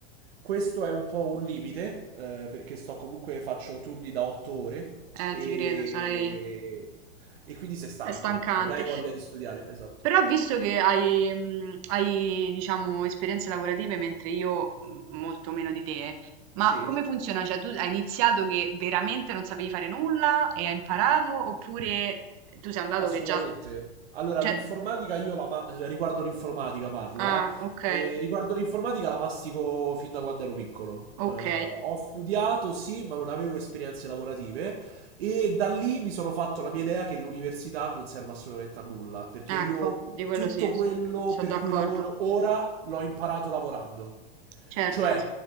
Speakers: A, on the right; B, on the right.
A: Questo è un po' un limite, eh, perché sto comunque faccio turni da 8 ore
B: Eh,
A: e...
B: ti credo, sarei...
A: e quindi sei stanco,
B: è stancante.
A: non hai voglia di studiare, esatto.
B: Però visto che hai, mm, hai, diciamo, esperienze lavorative, mentre io mm, molto meno di te, ma
A: Sì?
B: come funziona? Cioè, tu hai iniziato che veramente non sapevi fare nulla e hai imparato, oppure tu sei andato
A: Assolutamente.
B: che già...
A: Allora,
B: Cioè...
A: l'informatica io la ma- riguardo l'informatica parlo,
B: Ah,
A: eh.
B: ok,
A: E riguardo l'informatica la mastico fin da quando ero piccolo.
B: ok,
A: Eh, ho studiato, sì, ma non avevo esperienze lavorative e da lì mi sono fatto la mia idea che l'università non serve assolutamente a nulla, perché io
B: ecco, di quello
A: tutto
B: sì,
A: quello
B: sono
A: per
B: d'accordo,
A: cui lavoro ora l'ho imparato lavorando.
B: certo.
A: Cioè,